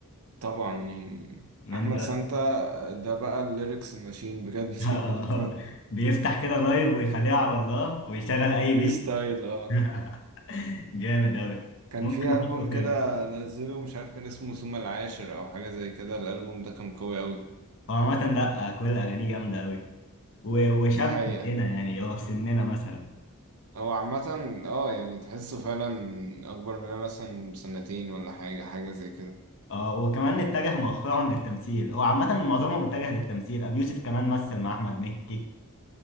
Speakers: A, on the right (about 85°); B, on the left (about 60°).
A: طبعا يعني
B: من
A: احمد
B: ده
A: سانتا ده بقى الليركس ماشين بجد
B: <laughs>
A: <laughs> يعني تقعد
B: بيفتح كده لايف ويخليها على الله ويشغل اي
A: ريستايل
B: بيت
A: اه
B: <laughs> جامد اوي
A: كان
B: ممكن
A: في
B: احطه
A: البوم
B: خامس
A: كده نزله مش عارف كان اسمه ثم العاشر او حاجه زي كده الالبوم ده كان قوي قوي
B: هو عامة لا كل اغانيه جامدة اوي و- وشاب
A: دي حقيقه
B: هنا يعني هو في سننا مثلا
A: هو عامه اه يعني تحسه فعلا اكبر مننا مثلا بسنتين ولا حاجه حاجه زي كده
B: اه وكمان اتجه مؤخرا للتمثيل هو عامة معظمهم اتجه للتمثيل ابو يوسف كمان مثل مع احمد مكي